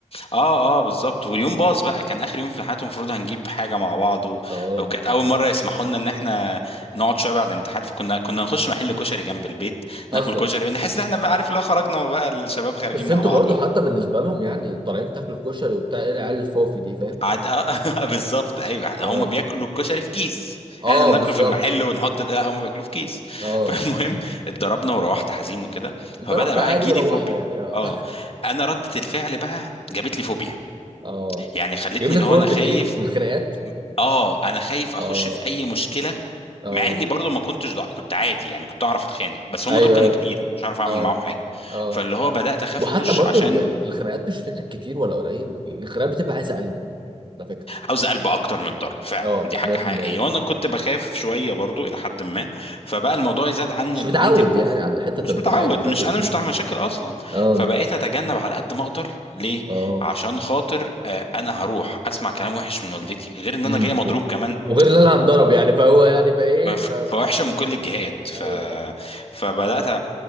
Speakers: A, on the left; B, on the right.
A: اه اه بالظبط واليوم
B: امم
A: باظ بقى كان اخر يوم في حياته المفروض هنجيب حاجه مع بعض و...
B: اه
A: وكانت اول مره يسمحوا لنا ان احنا نقعد شويه بعد الامتحان فكنا كنا نخش محل كشري جنب البيت
B: اصلا
A: ناكل كشري
B: يعني
A: نحس ان احنا بقى عارف اللي هو خرجنا وبقى الشباب خارجين
B: بس انتوا
A: مع بعض
B: برضو
A: يعني
B: حتى بالنسبه لهم يعني طالعين تاكل كشري وبتاع ايه العيال الفوفي دي فاهم
A: عاد آه <laughs> بالظبط ايوه
B: اه
A: هم بياكلوا الكشري في كيس
B: اه
A: احنا بناكله
B: بالظبط
A: في المحل ونحط ده هم بياكلوه في كيس
B: اه
A: <laughs> فالمهم اتضربنا وروحت حزين وكده
B: ضربنا
A: فبدأ بقى
B: عادي
A: يجيلي
B: وروحنا
A: فوبيا
B: يعني اه
A: اه انا ردة الفعل بقى جابت
B: <laughs>
A: لي فوبيا
B: اه
A: يعني خلتني
B: جايب لك
A: اللي
B: فوق
A: هو انا
B: من
A: خايف
B: ايه من الخناقات
A: اه انا خايف
B: اه
A: اخش في اي مشكله
B: اه
A: مع اني برضو ما كنتش ضع... كنت عادي يعني كنت اعرف اتخانق بس هم
B: ايوه
A: دول كانوا
B: ايوه
A: كتير مش عارف اعمل
B: اه
A: معاهم حاجه
B: اه
A: فاللي هو بدات اخاف
B: وحتى
A: اخش
B: برضو
A: عشان
B: ال- ال- الخناقات مش فكره كتير ولا قليل الخناقات بتبقى عايزه قلب على فكره
A: عاوز قلب اكتر من الضرب فعلا
B: اه
A: دي حاجه
B: 100%
A: حقيقيه وانا كنت بخاف شويه برضو الى حد ما فبقى الموضوع يزاد عني
B: مش متعود
A: عندي الخوف
B: يعني على حته
A: مش
B: الخناقات
A: متعود
B: ومش عارف
A: مش
B: ايه
A: انا
B: مم.
A: مش بتاع مشاكل اصلا
B: اه
A: فبقيت اتجنب على قد ما اقدر ليه
B: اه
A: عشان خاطر آه، انا هروح اسمع كلام وحش من والدتي غير ان
B: امم
A: انا جاي مضروب كمان
B: وغير ان انا هنضرب يعني فهو يعني بقى ايه
A: ف-
B: فاهم
A: فوحشه من كل الجهات ف...
B: ايوه ايوه
A: فبدات أ- أ-